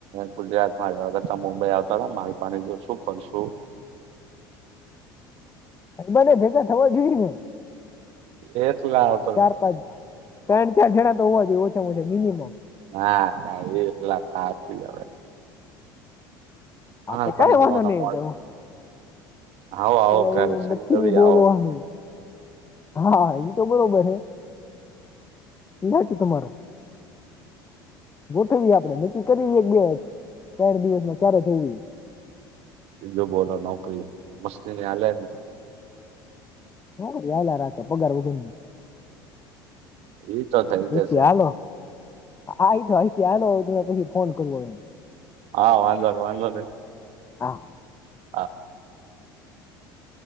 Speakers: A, on the right; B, on the left.
A: ગુજરાત માં જ કરતા મુંબઈ આવતા રો મારી પાણી જો શું ફરશું.
B: અલબ ને ભેગા થવા જોઈને.
A: એ તલા <inaudible>
B: ચાર પાંચ ત્રણ ચાર જણા તો હોવા જોઈએ ઓછામાં ઓછા મિનિમમ.
A: ના કાઈ ની એટલા કાથી હવે. માલપાણી
B: આ તો કઈ વાંધો
A: જવાનો
B: ની
A: મોજ
B: એ તો.
A: આવો આવો
B: એટલે
A: ઘરે
B: એવું
A: શનિ
B: નથી
A: રવિ
B: બોલવાનું
A: આવો
B: હા ઈ તો બરોબર હે યા તો તમારો. ગોઠવીએ આપડે નક્કી કરી એક બે વાય ચાર દિવસમાં ચારે થઈ.
A: જો બોલો નોકરી મસ્તીની આલે ને.
B: હો હાલયા રાખે પગાર વગરની.
A: ઈ તો થઈ
B: રીતે
A: જશે
B: હાલો. આ આ તો આઈ તો આલો તો થોડીક પછી ફોન કરવો હોય એમ.
A: હા વાંધો નહિ વાંધો નહિ
B: હા
A: હા.